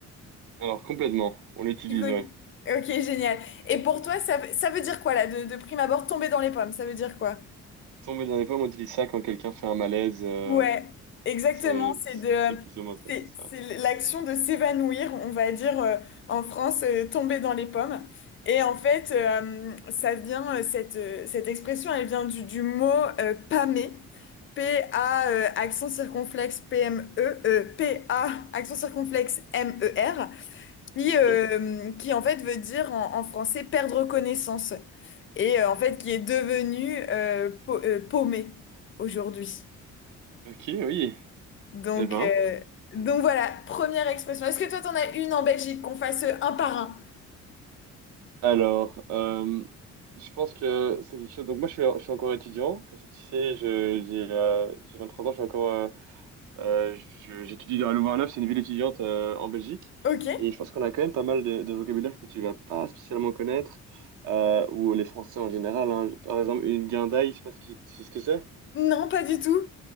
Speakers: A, on the right; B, on the left.
A: Alors complètement, on l'utilise,
B: Tu connais?
A: ouais.
B: Ok, génial. Et pour toi, ça, veut- ça veut dire quoi là, de, de prime abord, tomber dans les pommes, ça veut dire quoi?
A: Tomber dans les pommes, on utilise ça quand quelqu'un fait un malaise, euh,
B: Ouais, exactement.
A: c'est
B: C'est de,
A: c'est plus ou moins ça,
B: c'est,
A: c'est ça.
B: c'est l'action de s'évanouir, on va dire euh, en France, euh, tomber dans les pommes. Et en fait, euh, ça vient, euh, cette, euh, cette expression, elle vient du, du mot euh, pâmer, P-A, euh, accent circonflexe P-M-E, euh, P-A, accent circonflexe M-E-R, qui,
A: Ok?
B: euh, qui en fait veut dire en, en français perdre connaissance. Et euh, en fait, qui est devenu euh, pau- euh, paumé aujourd'hui.
A: Ok, oui.
B: Donc,
A: Eh ben.
B: euh, donc voilà, première expression. Est-ce que toi, t'en as une en Belgique qu'on fasse un par un?
A: Alors, euh, je pense que c'est quelque chose. Donc, moi, je suis, je suis encore étudiant. Comme ça, tu sais, je, j'ai euh, j'ai 23 ans, je suis encore. euh, euh, je- j'étudie dans à Louvain-la-Neuve, c'est une ville étudiante euh, en Belgique.
B: Ok.
A: Et je pense qu'on a quand même pas mal de, de vocabulaire que tu vas pas spécialement connaître, euh, ou les Français en général. hein. Par exemple, une guindaille, je sais pas ce que, c'est ce que c'est.
B: Non, pas du tout.